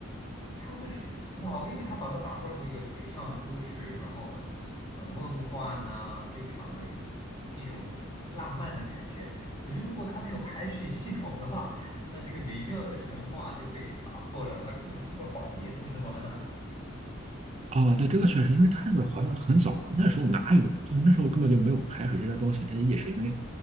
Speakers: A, on the left; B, on the right.
A: 它的水哇，因为它把它打造成一个水上都市，然后很很梦幻呐、非常的那种浪漫的感觉。可是如果它没有排水系统的话，那这个美妙的神话就被打破了，它根本就是个谎言，不是吗？<laughs>
B: 啊，对，这个确实，因为他那个好像很早了，那时候哪有，就那时候根本就没有排水这些东西，这些意识，因为